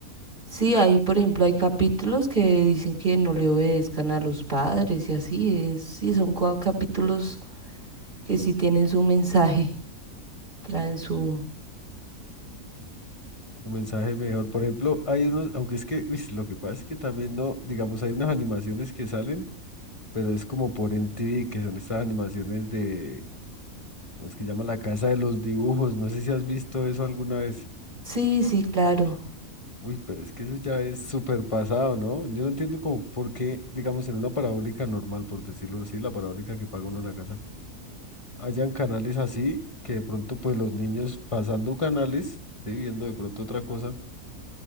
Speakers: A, on the right (about 30°); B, on the left (about 20°).
A: Sí, ahí por ejemplo, hay capítulos que dicen que no le obedezcan a los padres y así es. Sí, son cua- capítulos que sí tienen su mensaje, traen su...
B: un mensaje mejor. Por ejemplo, hay unos, aunque es que, uy, lo que pasa es que también no, digamos, hay unas animaciones que salen, pero es como por MTV, que son estas animaciones de, ¿cómo es que llama? La Casa de los Dibujos, no sé si has visto eso alguna vez.
A: Sí, sí, claro.
B: Uy, pero es que eso ya es súper pasado, ¿no? Yo no entiendo como por qué, digamos, en una parabólica normal, por decirlo así, la parabólica que paga uno en la casa, hayan canales así que de pronto pues los niños pasando canales, ¿sí? viendo de pronto otra cosa,